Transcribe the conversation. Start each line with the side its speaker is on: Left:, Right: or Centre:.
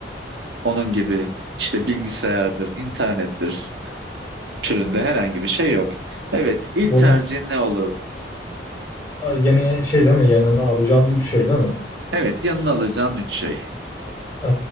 Right: Onun gibi işte bilgisayardır, internettir türünde herhangi bir şey yok. Evet, ilk
Left: Bunun
Right: tercihin ne olurdu?
Left: a, yeni şey değil mi? Yanıma alacağım üç şey değil mi?
Right: Evet, yanına alacağın üç şey.
Left: Ee,